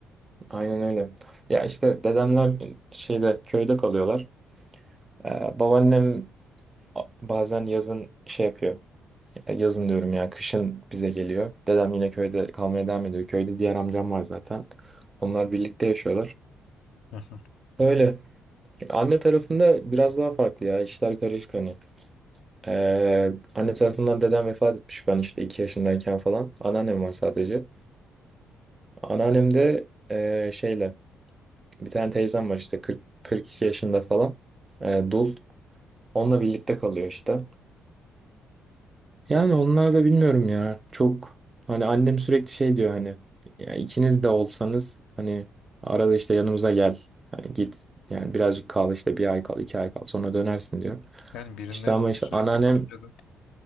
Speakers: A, on the right; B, on the left.
A: Aynen öyle. Ya işte dedemler şeyde köyde kalıyorlar. Ee, babaannem bazen yazın şey yapıyor. Yazın diyorum ya kışın bize geliyor. Dedem yine köyde kalmaya devam ediyor. Köyde diğer amcam var zaten. Onlar birlikte yaşıyorlar.
B: Hı hı.
A: Öyle. Anne tarafında biraz daha farklı ya. İşler karışık hani. Ee, anne tarafından dedem vefat etmiş ben işte 2 yaşındayken falan. Anneannem var sadece. Anneannem de e, şeyle bir tane teyzem var işte 40, 42 yaşında falan. E, dul. Onunla birlikte kalıyor işte. Yani onlar da bilmiyorum ya. Çok hani annem sürekli şey diyor hani ya ikiniz de olsanız hani arada işte yanımıza gel. Hani git yani birazcık kal işte bir ay kal iki ay kal sonra dönersin diyor.
B: Yani birinin
A: İşte
B: evinde
A: ama işte
B: sürekli
A: anneannem
B: kalınca da